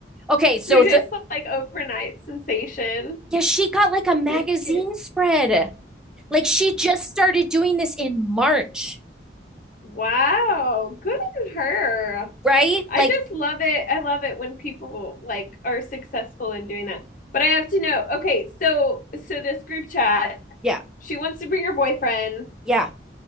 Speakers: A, in the centre; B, on the left.
A: Okay, so
B: you're
A: the
B: just like overnight sensation
A: yeah, she got like a magazine
B: doing skits.
A: spread. Like she just started doing this in March,
B: Wow. Good on her.
A: right?
B: I
A: Like,
B: just love it. I love it when people like are successful in doing that. But I have to know. Okay, so so this group chat,
A: yeah,
B: she wants to bring her boyfriend.
A: yeah.